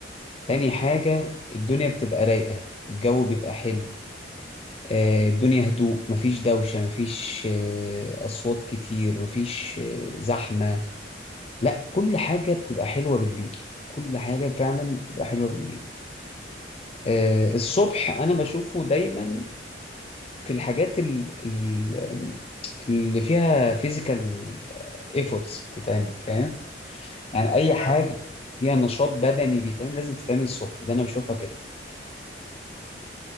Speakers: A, on the left; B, on the left.
A: تاني حاجة الدنيا بتبقى رايقة والجو بيبقى حلو آه، الدنيا هدوء مفيش دوشة مفيش آه، أصوات كتير مفيش آه، زحمة لا كل حاجة
B: مم.
A: بتبقى حلوة بالليل كل حاجة فعلا بتبقى حلوة بالليل آه، الصبح أنا بشوفه دايما في الحاجات ال- ال- اللي فيها فيزيكال ايفورتس بتتعمل فاهم يعني أي حاجة
B: فاهم قصدي
A: فيها نشاط بدني بيتعمل لازم تتعمل الصبح ده أنا بشوفها كده
B: مم.